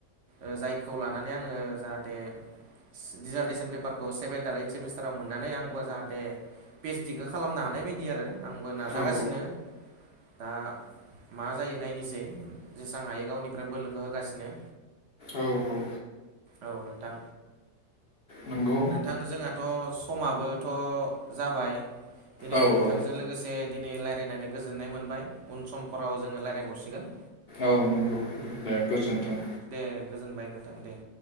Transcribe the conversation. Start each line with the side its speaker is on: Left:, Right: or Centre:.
Right: ओ जायखौ लानानै आङो जाहाथे दिडिजार्टेसन पेपारखौ सेभेनन्ट आरो ओइद सेमिस्टाराव मोननानै आंबो जाहाथे पि एस तिखौ खालामनो हानाय बायदि आरो आंबो नाजागासिनो
Left: औ
Right: दा मा जायो नायनोसै जेसेबां हायो गावनिफ्राय बोलोखौ होगासिनो
Left: औ-औ
Right: औ नोंथां
Left: नंगौ
Right: नोंथां जोंहा थ' समाबोथ' जाबाय दिनै
Left: औ
Right: नोंथांजों
Left: औ
Right: लोगोसे जे दिनै रायलायनानै गोजोननाय मोनबाय उन समफोराव जोङो रायलायबावसिगोन
Left: औ नंगौ दे गोजोन्थों
Right: दे गोजोनबाय नोंथां दे